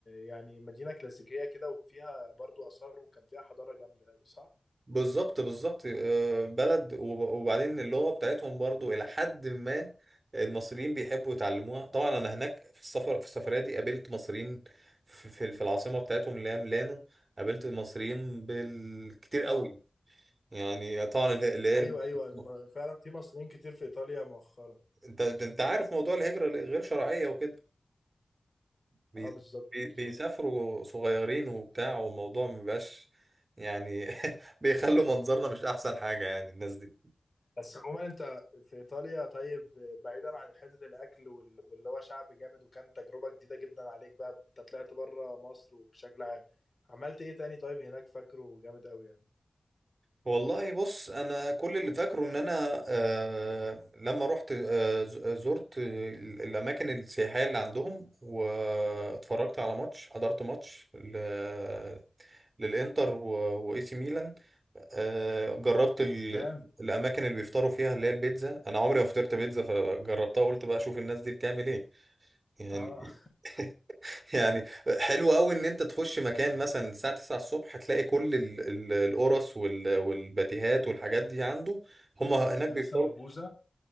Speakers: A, on the left (about 45°); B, on the right (about 45°).
A: يعني مدينة كلاسيكية كده وفيها برضو آثار وكان فيها حضارة جامدة أوي صح؟
B: بالظبط بالظبط آه، بلد وب- وبعدين اللغة بتاعتهم برضو إلى حد ما المصريين بيحبوا يتعلموها طبعا أنا هناك في السفر في السفرية دي قابلت مصريين في في في العاصمة بتاعتهم اللي هي ميلانو قابلت المصريين بالكتير قوي
A: اه
B: يعني طبعا اللي اللي
A: ايوه ايوه الم-
B: هي
A: فعلا في مصريين كتير في ايطاليا مؤخرا
B: أنت ده أنت عارف موضوع الهجرة اللي غير شرعية وكده بي-
A: اه بالظبط
B: بي-
A: بالظبط
B: بيسافروا صغيرين وبتاع والموضوع مبيبقاش يعني <laughs> بيخلوا منظرنا مش أحسن حاجة يعني الناس دي
A: بس عموما انت في ايطاليا طيب بعيدا عن حته الاكل وال- واللي هو شعب جامد وكان تجربه جديده جدا عليك بقى انت طلعت بره مصر وبشكل عام عملت ايه تاني طيب هناك فاكره جامد قوي يعني
B: والله بص انا كل اللي فاكره ان انا آه لما رحت آه ز- آه، زرت ال- الاماكن السياحيه اللي عندهم واتفرجت على ماتش حضرت ماتش ل- للانتر و- واي سي ميلان آه جربت ال-
A: جامد
B: الاماكن اللي بيفطروا فيها اللي هي البيتزا انا عمري ما فطرت بيتزا فجربتها قلت بقى اشوف الناس دي بتعمل ايه يعني
A: اه
B: <laughs> يعني حلو قوي ان انت تخش مكان مثلا الساعة 9 الصبح تلاقي كل ال- ال- القرص وال- والباتيهات والحاجات دي عنده هم هناك
A: <laughs> لسه
B: بيفطروا
A: مخبوزه